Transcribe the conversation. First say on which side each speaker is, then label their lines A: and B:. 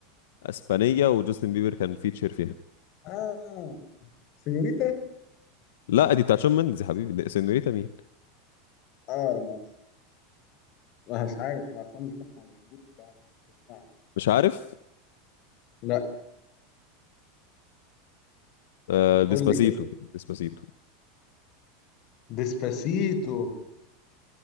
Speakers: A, on the left; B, on the left.
A: اسبانيه وجاستن بيبر كان فيتشر فيها
B: اه سينيوريتا
A: لا دي بتاعت شون مندز يا حبيبي سينوريتا مين
B: اه لا مؤاخذة. ما مش عارف اصلا مش بسمع ما بحبوش الصراحه مش بسمعه
A: مش عارف
B: لا
A: آه ديسباسيتو
B: قول لي كده
A: ديسباسيتو
B: ديسباسيتو